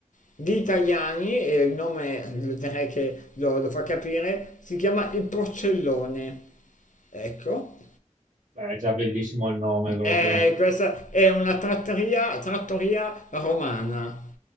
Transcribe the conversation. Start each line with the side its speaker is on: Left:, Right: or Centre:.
Left: di italiani, e il nome lo- direi che lo, lo fa capire, si chiama Il Porcellone. Ecco,
Right: Beh, è già bellissimo il nome proprio.
Left: eh, questa è una trattoria, trattoria romana,